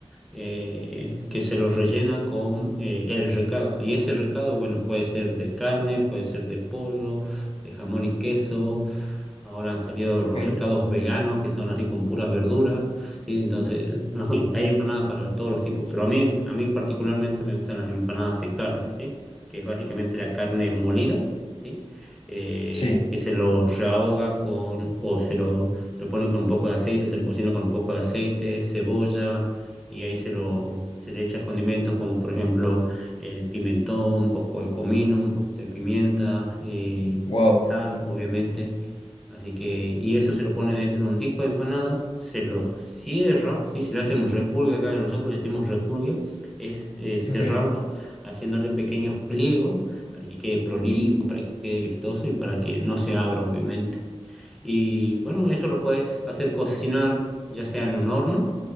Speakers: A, in the centre; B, on the left.
A: eh, que se lo rellena con eh, el recado. Y ese recado, bueno, puede ser de carne, puede ser de pollo, de jamón y queso Ahora han salido los
B: okay
A: recados veganos que son así con puras verduras, ¿sí? Entonces, <laughs> no sé, hay empanadas para todos los tipos, pero a mí, a mí particularmente me gustan las empanadas de carne, ¿sí? Que es básicamente la carne molida, ¿sí? Eh,
B: Sí,
A: que se lo rehoga con, o se lo, se lo pone con un poco de aceite, se lo cocina con un poco de aceite, cebolla, y ahí se lo, se le echa condimentos como por ejemplo el pimentón, un poco de comino, un poquito de pimienta, eh,
B: wow.
A: sal, obviamente Así que, y eso se lo pone dentro de un disco de empanada, se lo cierra, ¿sí? Si le hacen un repulgue, acá nosotros le decimos repulgue, es eh, cerrarlo
B: Ok.
A: haciéndole pequeños pliegos para que quede prolijo, para que quede vistoso y para que no se abra, obviamente. Y bueno, eso lo puedes hacer cocinar ya sea en un horno